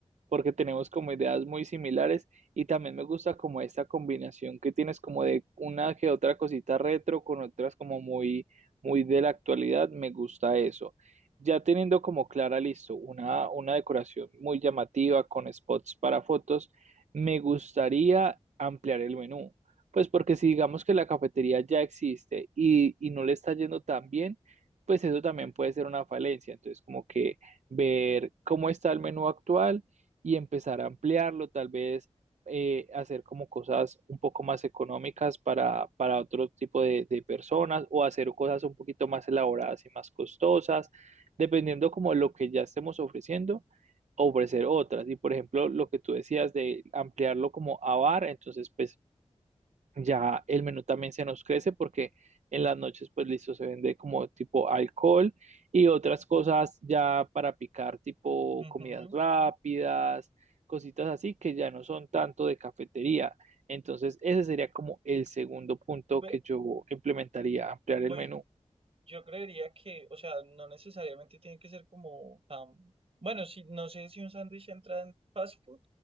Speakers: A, on the right; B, on the right.
A: porque tenemos como ideas muy similares y también me gusta como esta combinación que tienes como de una que otra cosita retro con otras como muy muy de la actualidad, me gusta eso. Ya teniendo como clara, listo, una, una decoración muy llamativa con spots para fotos, me gustaría ampliar el menú. Pues porque si digamos que la cafetería ya existe y, y no le está yendo tan bien, pues eso también puede ser una falencia. Entonces, como que ver cómo está el menú actual y empezar a ampliarlo, tal vez eh, hacer como cosas un poco más económicas para, para otro tipo de, de personas o hacer cosas un poquito más elaboradas y más costosas, dependiendo como lo que ya estemos ofreciendo ofrecer otras. Y por ejemplo, lo que tú decías de ampliarlo como a bar, entonces pues ya el menú también se nos crece porque en las noches, pues listo, se vende como tipo alcohol y otras cosas ya para picar, tipo
B: Ujú.
A: comidas rápidas, cositas así que ya no son tanto de cafetería. Entonces, ese sería como el segundo punto
B: Pe-
A: que yo implementaría, ampliar
B: Pues,
A: el menú.
B: Yo creería que, o sea, no necesariamente tiene que ser como tan... Bueno, si, no sé si un sándwich entra en fast food,